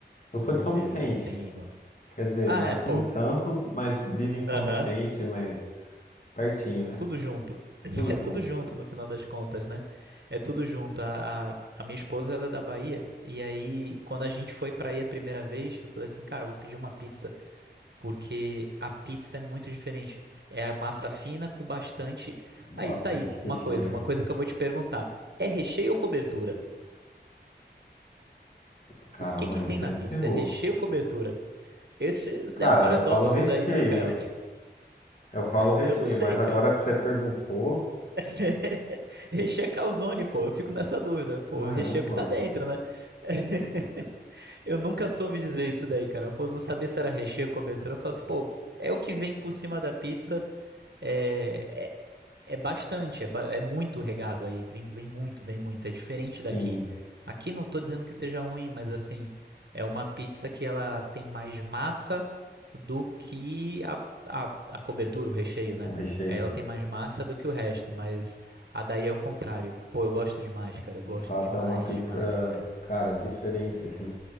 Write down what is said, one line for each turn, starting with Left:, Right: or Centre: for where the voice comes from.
Left: Eu sou
Right: Meu
Left: de São
Right: Deus,
Left: Vicente.
Right: não tem igual.
Left: Quer dizer,
Right: Ah,
Left: nasci
Right: é, pô,
Left: em Santos, mas vivo em São
Right: aham,
Left: Vicente, mas pertinho, né?
Right: tudo junto. <laughs>
Left: Tudo junto.
Right: É tudo junto no final das contas, né? É tudo junto. A, a, a minha esposa, ela é da Bahia, e aí, quando a gente foi pra aí a primeira vez, eu falei assim, cara, eu vou pedir uma pizza. porque a pizza é muito diferente. É a massa fina com bastante.
Left: Bastante
Right: Aí, tá aí,
Left: recheio.
Right: uma coisa, uma coisa que eu vou te perguntar. É recheio ou cobertura?
Left: Caramba,
Right: O que que
Left: aí
Right: tem
Left: você
Right: na
Left: me
Right: pizza?
Left: pegou.
Right: É recheio ou cobertura? Esse, esse
Left: Cara,
Right: é um paradoxo
Left: eu falo recheio.
Right: daí, né, cara?
Left: Eu falo recheio,
Right: Eu não sei,
Left: mas agora
Right: cara.
Left: que você perguntou,
Right: <laughs> recheio é calzone, pô. Eu fico nessa dúvida. Pô,
Left: caramba.
Right: recheio que tá dentro, né? <laughs> eu nunca soube dizer isso daí, cara. Eu não sabia se era recheio ou cobertura. Eu falo assim, pô, é o que vem por cima da pizza. É, É bastante, é, ba- é muito regado aí, vem, vem muito, vem muito, é diferente daqui.
Left: Sim,
Right: Aqui não tô dizendo que seja ruim, mas assim, é uma pizza que ela tem mais massa do que a, a, a cobertura, o recheio, né?
Left: um recheio,
Right: Ela
Left: assim,
Right: tem mais massa do que o resto, mas a daí é o contrário. Pô, eu gosto demais, cara, eu
Left: de
Right: gosto
Left: fato
Right: demais,
Left: é uma pizza,
Right: demais, demais.
Left: cara, diferente, assim.